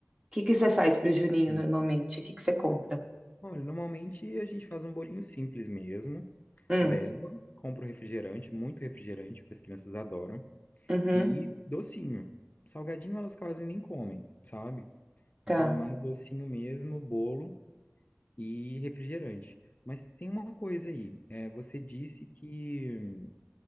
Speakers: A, on the right; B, on the left.
A: O que que você faz para o Juninho
B: Sim.
A: normalmente? O que que você compra?
B: Olha, normalmente a gente faz um bolinho simples mesmo,
A: Hum,
B: leva, compra um refrigerante, muito refrigerante, porque as crianças adoram,
A: uhum,
B: e docinho. Salgadinho elas quase nem comem, sabe?
A: tá.
B: Então é mais docinho mesmo, bolo e refrigerante. Mas tem uma coisa aí, é, você disse que